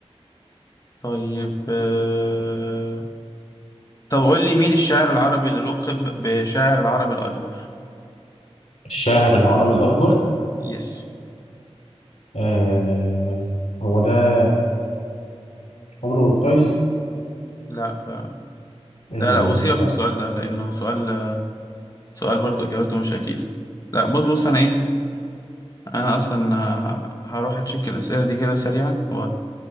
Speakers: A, on the left (about 35°); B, on the left (about 80°).
A: طيب آه... طب قول لي مين الشاعر العربي اللي لقب بشاعر العرب الأكبر
B: الشاعر العربي الأكبر
A: يس
B: آه هو ده آه، عمرو القيس
A: لا آه،
B: المتابع
A: لا لا وسيبك من السؤال ده لأنه سؤال سؤال برضه إجابته مش أكيدة لا بص بص أنا إيه أنا أصلا آه، هروح أتشيك الأسئلة دي كده سريعا و